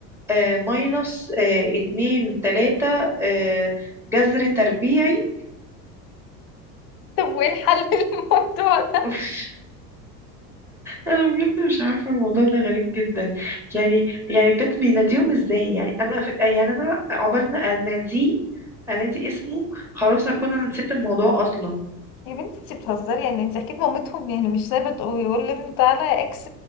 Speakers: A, in the centre; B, on the left.
A: آه، ماينص آه، اتنين تلاته آه، جذر تربيعي
B: طب وايه الحل <laughs> للموضوع ده
A: <laughs> انا بجد مش عارفه الموضوع ده غريب جدا يعني يعني بجد بيناديهم ازاي يعني انا ف... يعني انا عقبال ما اناديه انادي اسمه خلاص هكون انا نسيت الموضوع اصلا
B: يا بنتي انت بتهزري يعني انت اكيد مامتهم يعني مش سايبه تقول يقول لابنه تعالى يا اكس